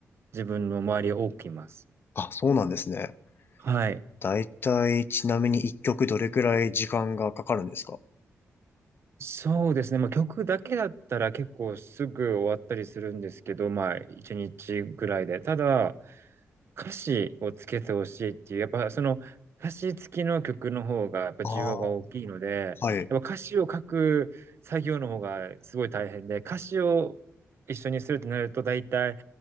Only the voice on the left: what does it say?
あ、そうなんですね。
だいたい、ちなみに一曲どれくらい時間がかかるんですか
ああ、はい。